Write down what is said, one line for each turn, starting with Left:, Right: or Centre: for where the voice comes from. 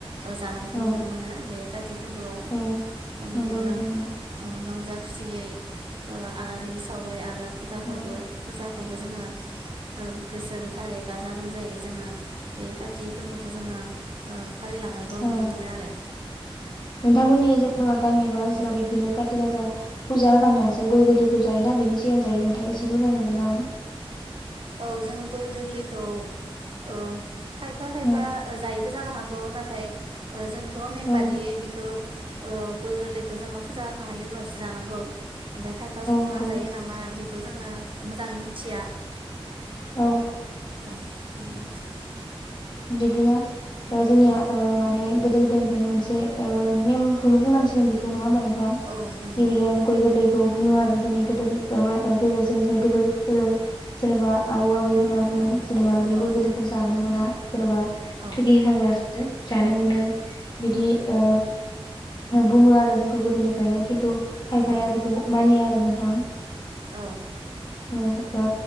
Right: जानायखौ
Left: औ
Right: नुनो मोनो बेखाय फोरबोआव
Left: औ
Right: बिदिनो
Left: नंगौ नोंथां नंगौ
Right: रंजा खुसियै आलारि सावै आरो फुजाफोरबो
Left: औ
Right: फुजा खौबो जोङो ओ गोसो गोथारै गाजा गोमजायै जोङो बे काति फोरबोखौ जोङो ओ फालिलांनायखौ
Left: औ
Right: नुनो मोनो आरो
Left: नोंथांमोननि जेनेबा गामि एबा ओनसोलाव
Right: औ
Left: बिदिनो काथि गाजा फुजा होखांनानैसो गय गोरलैखौ जायोना बेनि सिगां जायो नोंथां एसे फोरमायनो हागोन ना
Right: औ जों गय गोरलैखौ ओ खायफा खायफा
Left: औ
Right: जायो जानो हागौ नाथाय जोंथ' नेम
Left: औ
Right: बादियै बिखौ गय गोरलैखौ जोङो फुजा होखांनायनि उनावसो जानांगौ ओमथाय खायफा सुबुङा
Left: नंगौ
Right: जायो नामा बेखौ जोङो मोजाङै मिथिया
Left: औ
Right: औ बिदिनोसै
Left: बिदिनो ओ जोंनिया
Right: औ
Left: ओ माने गोदो गोदायनिफ्रायनो मोनसे ओ नेमखौनो बुंनांसिगोन बेखौ नङा होमबा नों थां
Right: औ नंगौ
Left: बिदिनो
Right: औ
Left: गय गोरलैखौ बुङो आरो जोंनि गेदेर ओ गेदेर जोंनि गेदेर गेदेर जेनेबा आबौ आब बै मोना बुङो
Right: औ
Left: जेनेबा बे
Right: औ
Left: गय गोरलैखौ जानो मोना जेनेबा
Right: औ
Left: थोखिखांब्लासो जानो मोनो बिदि ओ बुङो आरो जोंखौ गोदोनिफ्रायनो खिन्थु खायफाया
Right: औ
Left: बेखौ मानिया आरो नोंथां।
Right: औ
Left: औ ओ